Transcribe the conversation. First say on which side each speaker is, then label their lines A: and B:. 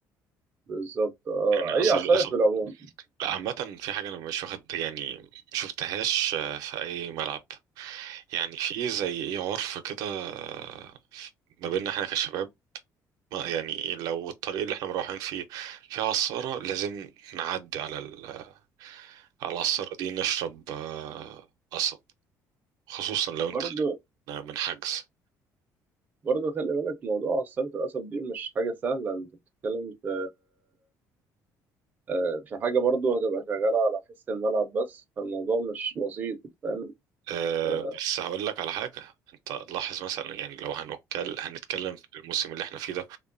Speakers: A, on the right; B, on the right.
A: بالظبط اه
B: يعني عصير
A: اي عصاير
B: القصب
A: في العموم
B: لا عامة في حاجة أنا مش واخد يعني مشوفتهاش آه، في أي ملعب يعني في زي إيه عرف كده آه، ما بيننا إحنا كشباب ما يعني لو الطريق اللي إحنا مروحين فيه فيه عصارة لازم نعدي على ال- على العصارة دي نشرب آه، قصب خصوصا لو أنت
A: برضه
B: خارج من حجز
A: برضه خلي بالك موضوع عصارة القصب دي مش حاجة سهلة انت بتتكلم في آه، في حاجة برضه هتبقى شغالة على حس الملعب بس فالموضوع مش بسيط فاهم
B: آه،
A: اه
B: بس هقول لك على حاجة أنت لاحظ مثلا يعني لو هنتكلم هنتكلم في الموسم اللي إحنا فيه ده